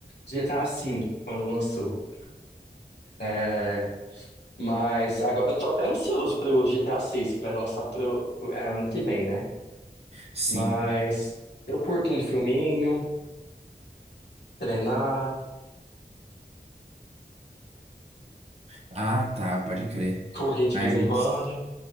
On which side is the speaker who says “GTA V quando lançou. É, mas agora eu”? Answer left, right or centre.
Left